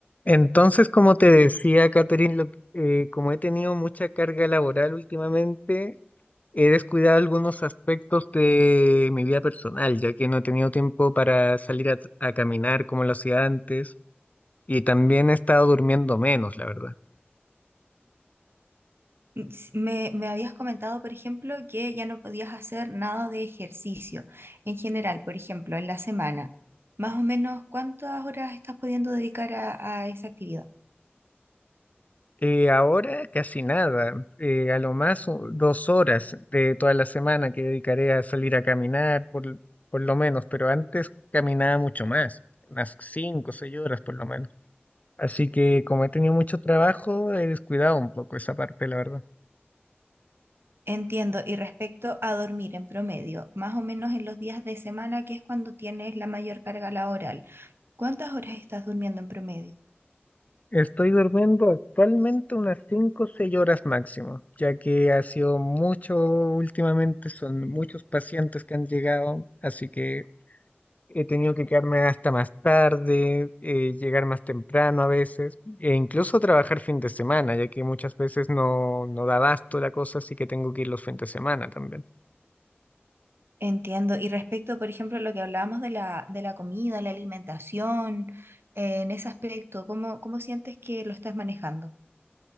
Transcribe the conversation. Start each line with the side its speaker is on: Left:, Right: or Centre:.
Left: Entonces, como te decía, Catherine, lo- eh, como he tenido mucha carga laboral últimamente, he descuidado algunos aspectos de mi vida personal, ya que no he tenido tiempo para salir a, a caminar como lo hacía antes, y también he estado durmiendo menos, la verdad.
Right: S- Me, me habías comentado, por ejemplo, que ya no podías hacer nada de ejercicio en general, por ejemplo, en la semana. Más o menos, ¿cuántas horas estás pudiendo dedicar a, a esa actividad?
Left: Eh, ahora casi nada, eh, a lo más u- dos horas de toda la semana que dedicaré a salir a caminar, por, por lo menos, pero antes caminaba mucho más, unas cinco o seis horas por lo menos. Así que como he tenido mucho trabajo, he descuidado un poco esa parte, la verdad.
Right: Entiendo. Y respecto a dormir en promedio, más o menos en los días de semana, que es cuando tienes la mayor carga laboral, ¿cuántas horas estás durmiendo en promedio?
Left: Estoy durmiendo actualmente unas 5 o 6 horas máximo, ya que ha sido mucho últimamente, son muchos pacientes que han llegado, así que he tenido que quedarme hasta más tarde, eh, llegar más temprano a veces, e incluso trabajar fin de semana, ya que muchas veces no, no da abasto la cosa, así que tengo que ir los fines de semana también.
Right: Entiendo. Y respecto, por ejemplo, a lo que hablábamos de la, de la comida, la alimentación, eh, en ese aspecto, ¿cómo, cómo sientes que lo estás manejando?